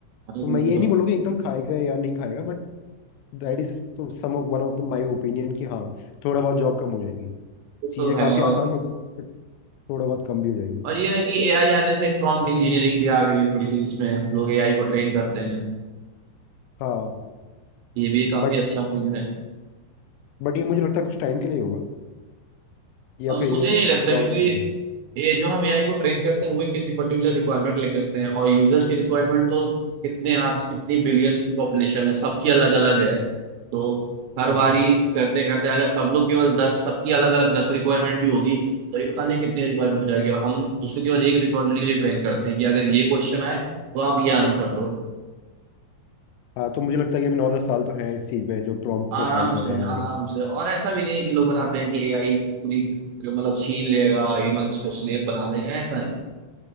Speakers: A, on the right (about 80°); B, on the left (about 85°).
A: वाली
B: तो
A: फील्ड
B: मैं ये
A: में जॉब
B: नहीं बोलूँगी एकदम खाएगा या नहीं खाएगा बट दैट इज तो some of one of the my opinion कि हाँ थोड़ा बहुत जॉब कम हो जाएगी
A: ये
B: चीज़ें
A: तो है
B: काफ़ी
A: और
B: आसान हो जाएगी but थोड़ा बहुत कम भी हो जाएगी
A: और ये है कि एआई आने से एक प्रॉम्प्ट इंजीनियरिंग भी आ गई है थोड़ी सी जिसमें हम लोग एआई को ट्रेन करते हैं
B: हाँ
A: ये भी काफी
B: बट
A: अच्छा फील्ड है
B: बट <clears throat> ये मुझे लगता है कुछ टाइम के लिए होगा या
A: और
B: फिर
A: मुझे
B: ये
A: नहीं लगता
B: लॉन्ग
A: क्योंकि
B: टाइम होगा
A: ये जो हम एआई को ट्रेन करते हैं वो एक किसी पर्टिकुलर रिक्वायरमेंट लेके करते हैं और यूजर्स की रिक्वायरमेंट तो कितने आर्ब्स कितनी बिलियंस की पॉपुलेशन है सबकी अलग अलग है तो हर
B: हाँ
A: बारी करते करते अगर सब लोग केवल दस सबकी अलग अलग दस रिक्वायरमेंट भी होगी तो ये पता नहीं कितनी रिक्वायरमेंट हो जाएगी और हम उसको केवल एक रिक्वायरमेंट के लिए ट्रेन करते हैं कि अगर ये क्वेश्चन आए तो आप ये आंसर दो
B: हाँ तो मुझे लगता है कि अभी नौ दस साल तो है इस चीज़ में जो प्रॉम्प्ट
A: आराम
B: पे काम कर
A: से
B: रहा है
A: आराम
B: वगैरह
A: से और ऐसा भी नहीं है कि लोग बताते हैं कि एआई पूरी मतलब छीन लेगा ह्यूमंस को स्लेव बना देगा ऐसा नहीं।